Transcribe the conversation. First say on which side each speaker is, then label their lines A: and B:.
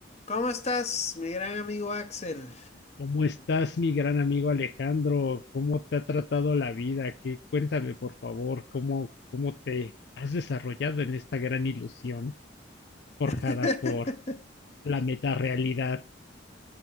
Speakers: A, on the left; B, on the left.
A: ¿Cómo estás, mi gran amigo Axel?
B: ¿Cómo estás, mi gran amigo Alejandro? ¿Cómo te ha tratado la vida? ¿Qué? Cuéntame, por favor, ¿cómo, cómo te has desarrollado en esta gran ilusión forjada
A: <laughs>
B: por la metarealidad?